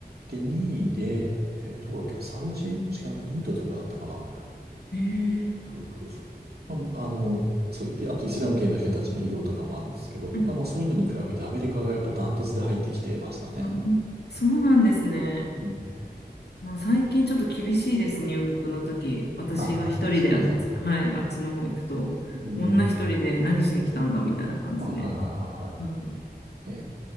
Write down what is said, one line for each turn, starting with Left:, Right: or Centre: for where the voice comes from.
Right: で、2位で、えーどこだっけな、サウジ違うな、インドとかだったかな。
Left: ええ
Right: そうそうそう。あ、あの、そう、で、あとイスラム圏の人たちの移動とかもあるんですけど、
Left: うん
Right: ただまあそういうのに比べてアメリカがやっぱダントツで入ってきてましたね。
Left: うんそうなんですね。
Right: うん。
Left: もう最近ちょっと厳しいですね、入国の時。私が一人であっち、
Right: あ、そうなんだ。
Left: はい、あっちの方行くと、
Right: うん。
Left: 女一人で何しに来たんだみたいな感じで。
Right: はいはいはいはいはい。
Left: うん、
Right: へ